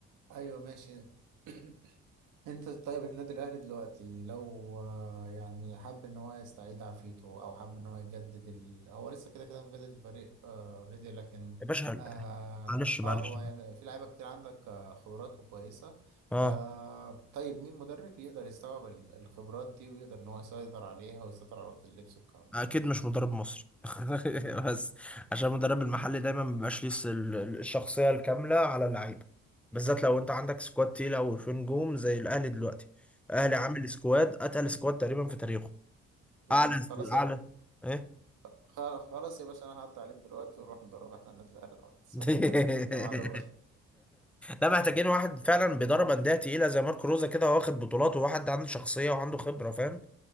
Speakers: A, on the right; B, in the centre.
A: أيوه ماشي <clears throat> انت طيب النادي الاهلي دلوقتي لو آه، يعني حب ان هو يستعيد عافيته او حب ان هو يجدد ال... هو لسه كده كده مجدد الفريق اوريدي لكن
B: يا باشا
A: آه,
B: معلش معلش
A: اه هو يعني في لعيبه كتير عندك آه، خبرات وكويسه
B: اه
A: آه طيب مين مدرب يقدر يستوعب ال- الخبرات دي ويقدر ان هو يسيطر عليها ويسيطر على اوضه اللبس والكلام ده
B: اكيد مش مدرب مصري <laughs>
A: مم.
B: بس عشان المدرب المحلي دايما ما بيبقاش ليه الس- ال- ال- الشخصيه الكامله على اللعيبه بالذات لو انت عندك سكواد تقيله وفي نجوم زي الاهلي دلوقتي الاهلي عامل سكواد اتقل سكواد تقريبا في تاريخه
A: جامد.
B: اعلى
A: خلاص
B: اعلى
A: يا
B: ايه
A: خ- خلاص يا باشا انا هقطع عليك دلوقتي ونروح نضرب احنا النادي الاهلي دلوقتي. سيبك
B: <laughs>
A: من الكلام ده الجامعه دول
B: لا محتاجين واحد فعلا بيدرب انديه تقيله زي ماركو روزا كده واخد بطولات وواحد عنده شخصيه وعنده خبره فاهم